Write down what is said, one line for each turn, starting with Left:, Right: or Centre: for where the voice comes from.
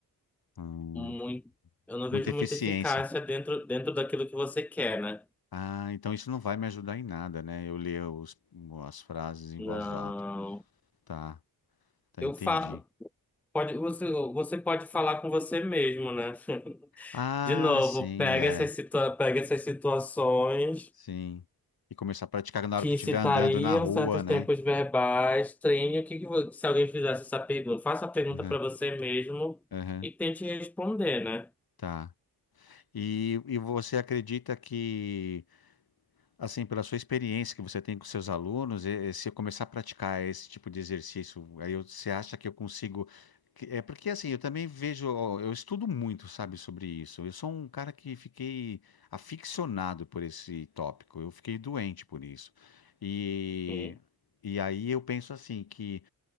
Left: Hum,
Centre: muito, eu não
Left: muita
Centre: vejo
Left: eficiência.
Centre: muita eficácia dentro, dentro daquilo que você quer, né?
Left: Ah, então isso não vai me ajudar em nada, né? Eu ler os- as frases em
Centre: Não.
Left: voz alta. Tá, tá,
Centre: Eu
Left: entendi.
Centre: falo, pode, você, você pode falar com você mesmo, né? <laughs>
Left: Ah,
Centre: De novo,
Left: sim,
Centre: pega
Left: é,
Centre: essas situa pega essas situações
Left: sim. E começar a praticar na hora
Centre: que
Left: que
Centre: incitariam
Left: eu estiver andando na rua,
Centre: certos
Left: né?
Centre: tempos verbais, treine o que, que vo- se alguém fizesse essa pergunta, faça a pergunta
Left: Aham,
Centre: para você mesmo
Left: aham,
Centre: e tente responder, né?
Left: tá. E, e você acredita que Assim, pela sua experiência que você tem com seus alunos, eh, eh, se eu começar a praticar esse tipo de exercício, aí eu- você acha que eu consigo. que- É porque assim, eu também vejo, ó, eu estudo muito, sabe, sobre isso. Eu sou um cara que fiquei aficionado por esse tópico. Eu fiquei doente por isso. E,
Centre: Uhum.
Left: e aí eu penso assim que